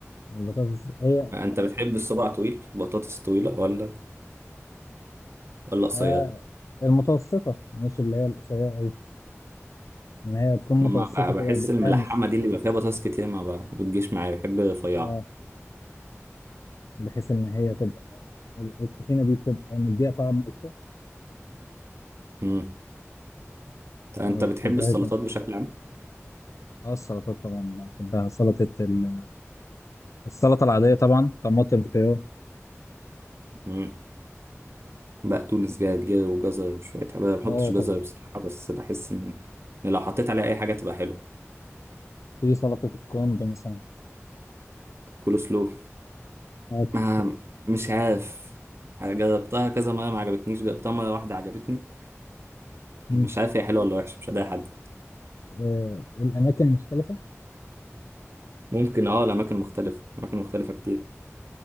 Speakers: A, on the left; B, on the right.
A: البطاطس هي
B: أنت بتحب الصباع طويل بطاطس طويلة ولا ولا قصيرة
A: آه المتوسطة مش اللي هي القصيرة أوي إن هي تكون
B: ما
A: متوسطة
B: ب-
A: كده
B: بحس
A: بتقامش
B: الملحمة دي اللي بيبقى فيها بطاطس كتير ما ب- بتجيش معايا بحب رفيعة
A: اه بحيث إن هي تبقى ال- الطحينة دي بتبقى مديها طعم أكتر
B: أمم. طب أنت
A: فما بتحبهاش
B: بتحب السلطات
A: أنت
B: بشكل عام؟
A: اه السلطات طبعا بحبها سلطة ال... السلطة العادية طبعا طماطم خيار
B: مم. بقدونس جرجير وجزر وشوية حاجات أنا ما بحطش
A: اه
B: جزر
A: طبعا
B: بصراحة بس بحس إن إن لو حطيت عليه أي حاجة تبقى حلوة
A: في سلطة الكرنب مثلا
B: كول سلو
A: اه الكسور
B: ما مش عارف جربتها كذا مرة ما عجبتنيش جربتها مرة واحدة عجبتني
A: مم.
B: مش عارف هي حلوة ولا وحشة مش هداها حد
A: آه الأماكن المختلفة
B: ممكن اه لأماكن مختلفة أماكن مختلفة كتير